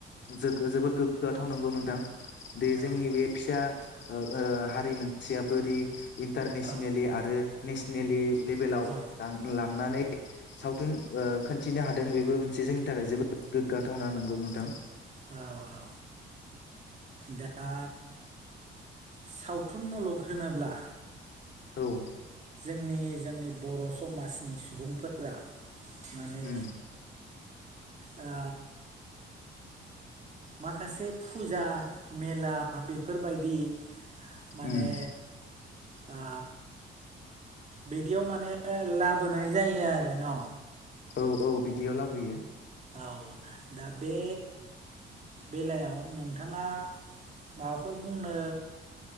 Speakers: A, on the left; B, on the right.
A: जोबोद गोग्गाथाव नंगौ नोंथां
B: नोंथां?
A: द जोंनि बे फिसा ओ हारि मोनसेया बोरै इन्टारनेसनेलि
B: औ
A: आरो नेसनेलि लेभेलाव
B: औ
A: लांनानै सावथुन खोनन्थिनो हादों बेबो मोनसे जोंनि थाखाय जोबोद गोग्गाथावना नंगौ नोंथां।
B: औ औ दा सावथुन मुलुग होनोब्ला।
A: औ
B: जोंनि जोंनि बर' समाजनि सुबुंफोरा माने
A: उम
B: आ माखासे फुजा मेला बेफोरबायदि माने
A: उम
B: आ बिदियाव माने लाबोनाय जायो आरो न'
A: औ औ बिदियाव लाबोयो
B: औ दा बे बेलायाव नोंथाङा माबाफोर बुंनो